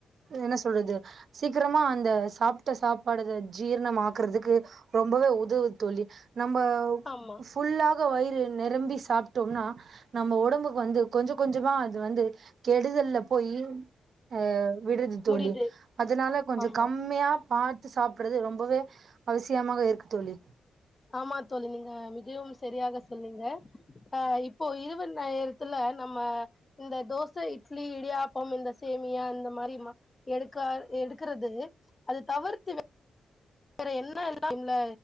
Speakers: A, on the right; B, on the left.
A: என்ன சொல்றது சீக்கிரமா அந்த சாப்ட்ட சாப்பாடு அத ஜீரணம் ஆக்குறதுக்கு ரொம்பவே உதவுது தோழி நம்போ
B: ஆமா
A: ஃபுல்லாக வயிறு நெரம்பி சாப்ட்டோம்னா நம்ம ஒடம்புக்கு வந்து கொஞ்ச கொஞ்சமா அது வந்து கெடுதல்ல போயி அ விட்ருது தோழி
B: முடியுது
A: அதனால கொஞ்ச
B: ஆமா
A: கம்மியா பாத் து சாப்றது ரொம்பவே அவசியமாக இருக்கு தோழி
B: ஆமா தோழி நீங்க மிகவும் சரியாக சொல்லுங்க ஆ இப்போ இருவ நேரத்துல நம்ம இந்த தோச இட்லி இடியாப்பம் இந்த சேமியா இந்த மாரி மா எடுக்கா எடுக்றது அத தவிர்த்து வேற என்ன எல்லா <inaudible> ம்லா